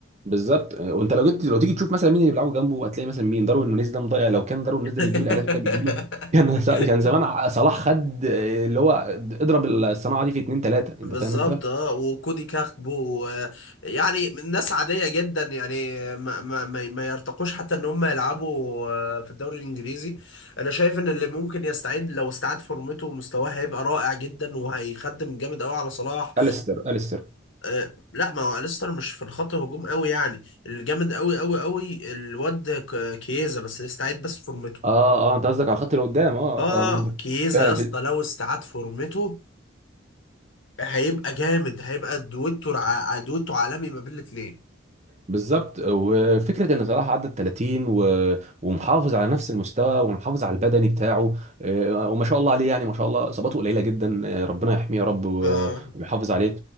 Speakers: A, on the right (about 35°); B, on the left (about 65°).
A: بالظبط وانت لو جيت لو تيجي تشوف مثلا مين اللي بيلعبوا جنبه هتلاقي مثلا مين داروين نونيز ده مضيع لو كان داروين نونيز
B: <laughs>
A: ده بيجيب الاهداف اللي كان بيجيله كان <laughs> كان زمان ع- صلاح خد آه، اللي هو اضرب الصناعه دي في اتنين تلاته انت
B: بالظبط
A: فاهم انت؟
B: اه وكودي كاكبو آه، يعني ناس عادية جدا يعني ما ما ما ما يرتقوش حتى ان هم يلعبوا آه، في الدوري الانجليزي انا شايف ان اللي ممكن يستعيد لو استعاد فورمته ومستواه هيبقى رائع جدا وهيخدم جامد قوي على صلاح
A: اليستر اليستر
B: آه، لا ما هو ليستر مش في الخط هجوم قوي يعني الجامد قوي قوي قوي الواد ك- كييزا بس يستعيد بس فورمته
A: اه اه انت قصدك على الخط اللي قدام اه,
B: اه
A: آه
B: كييزا
A: فعلا
B: يا اسطى
A: في
B: لو استعاد فورمته هيبقى جامد هيبقى دويتو ع- دويتو عالمي ما بين الاثنين
A: بالظبط وفكره ان صلاح عدى ال 30 و... ومحافظ على نفس المستوى ومحافظ على البدني بتاعه آه، وما شاء الله عليه يعني ما شاء الله اصاباته قليله جدا آه، ربنا يحميه يا رب و-
B: اه
A: ويحافظ عليه